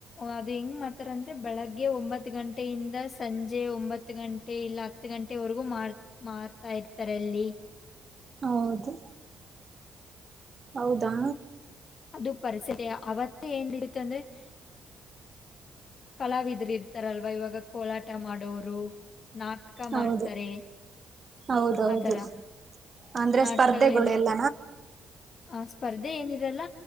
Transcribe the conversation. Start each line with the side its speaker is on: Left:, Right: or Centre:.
Left: ಅದು ಹೆಂಗ್ ಮಾಡ್ತಾರ ಅಂದ್ರೆ ಬೆಳಗ್ಗೆ ಒಂಬತ್ತು ಗಂಟೆಯಿಂದ ಸಂಜೆ ಒಂಬತ್ತು ಗಂಟೆ ಇಲ್ಲ. ಹತ್ತು ಗಂಟೆವರೆಗೂ ಮ ಮಾರ್ತಾ ಇರ್ತಾರೆಲ್ಲಿ.
Right: ಹೌದು. ಹೌದಾ.
Left: ಅದು ಪರಿಸಲಿ ಅವತ್ತೇ ಏನ ಆಯ್ತು ಅಂದ್ರೆಆಹ. ಕಲಾವಿದಿದರು ಇರ್ತಾರಲ್ವ ಇವಾಗ ಕೋಲಾಟ ಮಾಡೋರು ನಾಟಕ
Right: ಹೌದು
Left: ಮಾಡ್ತಾರೆ.
Right: ಹೌದೌದು
Left: ಆ ತರ
Right: ಅಂದ್ರೆ
Left: ನಾಟಕಗಳೆಲ್ಲ
Right: ಸ್ಪರ್ಧೆಗಳು ಎಲ್ಲ.
Left: ಆ ಸ್ಪರ್ಧೆ ಏನಿರಲ್ಲ